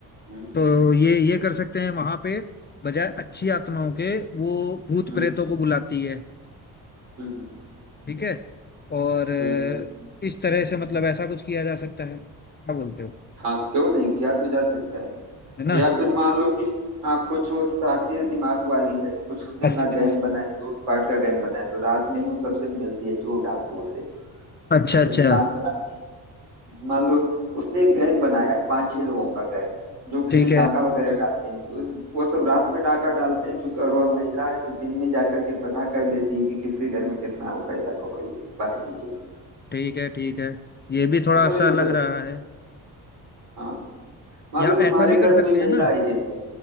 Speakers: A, on the right; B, on the left.
A: हम्म
B: तो ये ये कर सकते हैं वहां पे बजाय अच्छी आत्माओं के वो भूत
A: हम्म
B: प्रेतों को बुलाती है
A: हम्म हम्म
B: ठीक है और अ,
A: हम्म, हम्म।
B: इस तरह से मतलब ऐसा कुछ किया जा सकता है क्या बोलते हो
A: हाँ क्यों नहीं किया तो जा सकता है
B: है ना
A: या फिर मान लो कि हाँ कुछ वो सातिर दिमाग वाली है कुछ उसने
B: बस-
A: अपना गैंग बनाया लूटपाट का गैंग बनाया तो रात में ही वो सबसे मिलती है चोर डाकुओं से
B: अच्छा
A: और
B: अच्छा
A: फिर प्लान बनाती है मान लो उसने एक गैंग बनाया है पांच छह लोगों का गैंग जो कि
B: ठीक है
A: डाका वगैरह डालते हैं तो वो सब रात में डाका डालते हैं चूंकि और वह महिला है तो दिन में जाकर के पता कर लेती है कि किसके घर में कितना है वो पैसा कौड़ी बाकी चीजें है
B: ठीक है ठीक है ये भी थोड़ा
A: ऐसा भी
B: सा
A: तो
B: लग
A: हो सकता
B: रहा
A: है
B: है
A: हाँ मान
B: या
A: लो तुम्हारे
B: ऐसा भी
A: घर
B: कर
A: कोई
B: सकते हैं
A: महिला
B: ना
A: आई दिन में